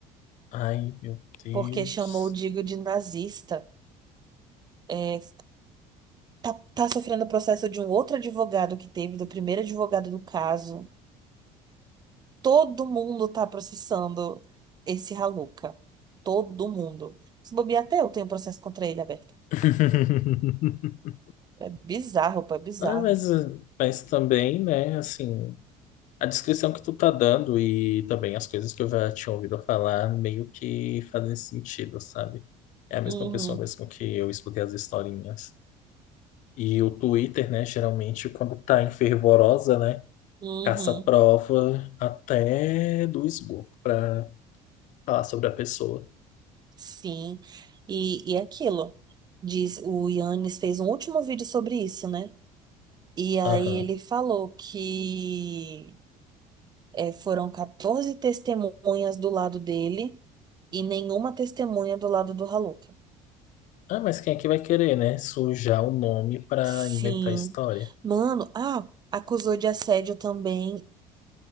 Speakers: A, on the left; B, on the right.
A: Ai, meu Deus.
B: porque chamou o Digo de nazista. É, tá, tá sofrendo o processo de um outro advogado que teve, do primeiro advogado do caso. Todo mundo tá processando esse Raluca. Todo mundo. Se bobear, até eu tenho processo contra ele aberto.
A: <laughs>
B: É bizarro, pô, é bizarro.
A: Ah, mas, eh, mas também, né, assim, a descrição que tu tá dando e também as coisas que eu já tinha ouvido falar meio que fazem sentido, sabe? É a mesma
B: Uhum,
A: pessoa mesmo que eu escutei as historinhas. E o Twitter, né, geralmente quando tá em fervorosa, né,
B: uhum.
A: caça prova até do esgoto pra falar sobre a pessoa.
B: Sim, e, e é aquilo. Diz, o Yannis fez um último vídeo sobre isso, né? E aí
A: Aham.
B: ele falou que é, foram 14 testemunhas do lado dele e nenhuma testemunha do lado do Raluca.
A: Ah, mas quem é que vai querer, né, sujar o nome pra
B: Sim.
A: inventar história?
B: Mano, ah, acusou de assédio também